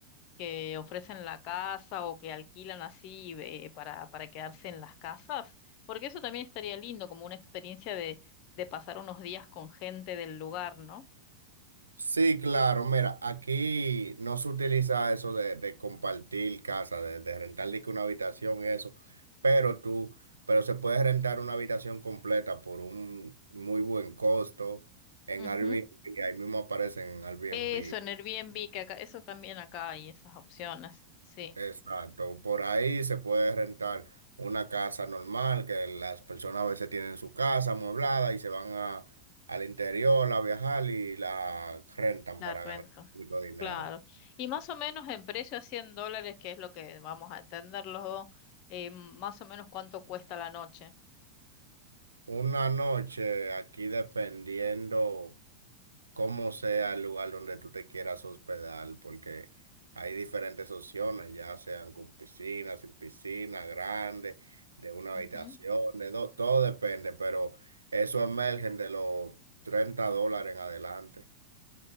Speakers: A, on the left; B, on the right.
A: que ofrecen la casa o que alquilan así eh, para, para quedarse en las casas, porque eso también estaría lindo, como una experiencia de, de pasar unos días con gente del lugar, ¿no?
B: Sí, claro, mira, aquí no se utiliza eso de, de compartir casa, de, de rentar de que una habitación eso, pero tú, pero se puede rentar una habitación completa por un muy buen costo en
A: Ujú.
B: Airbnb, ahí mismo aparecen en Airbnb.
A: Eso, en Airbnb, que acá, eso también acá hay esas opciones, sí,
B: Exacto, por ahí se puede rentar una casa normal que las personas a veces tienen su casa amueblada y se van a, al interior a viajar y la rentan
A: la
B: para
A: renta,
B: ganar un poquito de dinero.
A: claro. Y más o menos en precio a 100 dólares, que es lo que vamos a entender los dos, eh, más o menos cuánto cuesta la noche.
B: Una noche aquí dependiendo. como sea el lugar donde tú te quieras hospedar, porque hay diferentes opciones, ya sean con piscina, sin piscina, grande, de una
A: Ujú.
B: habitación, de dos, todo depende, pero eso emergen de los 30 dólares en adelante.